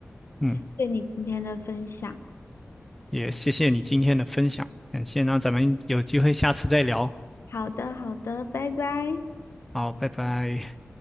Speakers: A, in the centre; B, on the left.
A: 嗯，
B: 谢谢你今天的分享。
A: 也谢谢你今天的分享，感谢。那咱们有机会下次再聊。
B: 好的，好的，拜拜。
A: 好，拜拜。